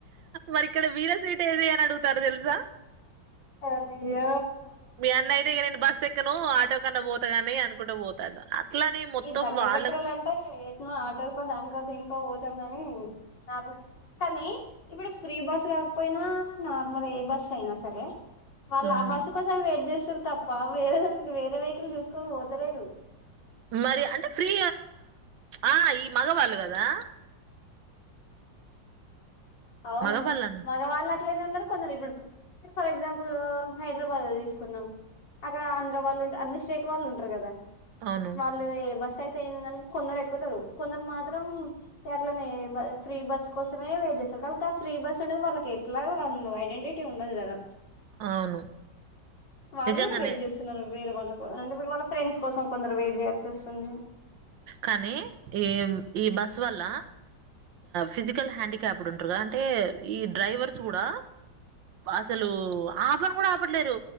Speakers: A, on the right; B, on the left.
A: మరి ఇక్కడ వీర సీట్ ఏది అని అడుగు పర్దల్సా
B: అ్య
A: మీ అన్న అయితే ఇక నేను బస్సు ఎక్కను ఆటో కన్నా పోతాగాని అనుకుంటూ పోతాడు అట్లానే మొత్తం
B: ఇది దగ్గర
A: వాళ్ళకు
B: దగ్గర అంటే ఎట్ ఆటోకో దానికో దీనికో కాని నార్మల్ కానీ ఇప్పుడు ఫ్రీ బస్ కాకపోయినా నార్మల్ ఏ బస్ అయినా సరే వాళ్ళు
A: ఉమ్.
B: ఆ బస్సు కోసం వెయిట్ చేస్త తప్ప వేరే దానికి వేరే వెహికల్ చూసుకొని పోఓతలేరు
A: మరి అంటే ఫ్రీ ఆ ఈ మగవాళ్ళు కదా
B: అవును
A: మగవాళ్ళను
B: మగవాళ్ళ ఇట్లనే ఉన్నారు కొందరు ఇప్పుడు ఫర్ ఎగ్జాంపుల్ హైదరాబాద్ తీసుకుందాం అక్కడ ఆంధ్ర వాళ్ళు ఉంట అన్ని స్టేట్ వాళ్ళు ఉంటారు కదా
A: అవును
B: వాళ్ళు బస్ అయితే ఏందని కొందరు ఎక్కుతారు కొందరు మాత్రం ఎర్లని ఫ్రీ బస్ కోసమే వెయిట్ చేస్తారు కాకపోతే ఆ ఫ్రీ బస్ ఉనేది వాళ్ళకి ఎట్లా అ ఐడెంటి ఉండదు కదా
A: అవును
B: వాళ్ళు
A: నిజంగానే
B: కూడా వెయిట్ చేస్తున్నారు వేరే వాళ్ళ కో అంటే ఇప్పుడు వాళ్ళ ఫ్రెండ్స్ కోసం కొందరు వెయిట్ చేయాల్సి వస్తుంది
A: కానీ ఈ ఈ బస్ వల్ల ఫిజికల్ హ్యాండిక్యాప్ ఉంటు గా అంటే ఈ డ్రైవర్స్ కూడా అసలు ఆపను కూడా ఆపట్లేరు